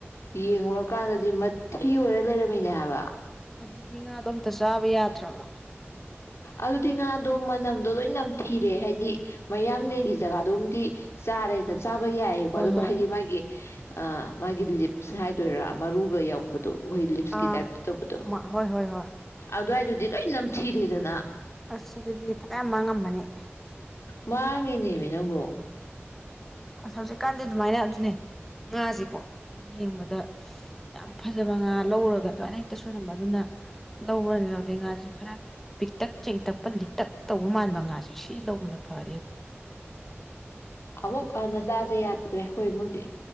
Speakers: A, on the left; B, in the centre.
A: ꯌꯦꯡꯉꯨꯔꯀꯥꯟꯗꯗꯤ ꯃꯊꯤ ꯑꯣꯏꯔ ꯂꯩꯔꯝꯃꯤꯅꯦ ꯍꯥꯏꯕ
B: ꯑꯗꯨꯗꯤ ꯉꯥꯗꯣ ꯑꯝꯇ ꯆꯥꯕ ꯌꯥꯗ꯭ꯔꯕ
A: ꯑꯗꯨꯗꯤ ꯉꯥꯗꯣ ꯃꯅꯝꯗꯣ ꯂꯣꯏ ꯅꯝꯊꯤꯔꯦ ꯍꯥꯏꯗꯤ ꯃꯌꯥꯡꯂꯦꯟꯒꯤ
B: ꯑꯥ
A: ꯖꯒꯥꯗꯣꯝꯗꯤ ꯆꯥꯔꯦꯗ
B: ꯑꯥ
A: ꯆꯥꯕ ꯌꯥꯏꯌꯦꯀꯣ
B: ꯍꯣꯏ
A: ꯑꯗꯨꯒ
B: ꯍꯣꯏ
A: ꯍꯥꯏꯗꯤ ꯃꯥꯒꯤ ꯑ ꯃꯥꯒꯤ ꯂꯤꯞꯁ ꯍꯥꯏꯗꯣꯏꯔꯥ ꯃꯔꯨꯒ ꯌꯥꯎꯕꯗꯣ ꯑꯩꯈꯣꯏ ꯂꯤꯞꯁꯀꯤ
B: ꯑꯥ
A: ꯇꯥꯏꯞꯇ ꯇꯧꯕꯗꯣ
B: ꯍꯣꯏ ꯍꯣꯏ ꯍꯣꯏ
A: ꯑꯗꯨꯋꯥꯏꯗꯨꯗꯤ ꯑꯩ ꯅ ꯁꯤꯤꯔꯤꯦꯗꯅ
B: ꯑꯁ ꯑꯗꯨꯗꯤ ꯐꯖꯌꯥꯝ ꯃꯥꯡꯉꯝꯝꯕꯅꯤ
A: ꯃꯥꯡꯉꯦꯅꯦꯃꯤ ꯅꯪꯕꯨ
B: ꯑꯁ ꯍꯧꯖꯤꯛꯀꯥꯟꯗꯤ ꯑꯗꯨꯃꯥꯏꯅ ꯑꯗꯨꯅꯦ ꯉꯥꯁꯦꯀꯣ ꯌꯦꯡꯕꯗ ꯌꯥꯝ ꯐꯖꯕ ꯉꯥ ꯂꯧꯔꯒ ꯑꯗꯨꯃꯏꯅ ꯍꯦꯛꯇ ꯁꯣꯏꯔꯝꯕ ꯑꯗꯨꯅ ꯂꯧꯕꯅꯤ ꯂꯧꯗꯦ ꯉꯥꯁꯦ ꯈꯔ ꯄꯤꯛꯇꯛ ꯆꯦꯡꯇꯛꯄ ꯂꯤꯛꯇꯛ ꯇꯧꯕ ꯃꯥꯟꯕ ꯉꯥꯁꯦ ꯁꯤ ꯂꯧꯕꯅ ꯐꯔꯦꯕ
A: ꯑꯃꯨꯛ ꯍꯟꯅ ꯆꯁꯦ ꯌꯥꯗ꯭ꯔꯦ ꯍꯣꯏ ꯏꯃꯪꯗꯤ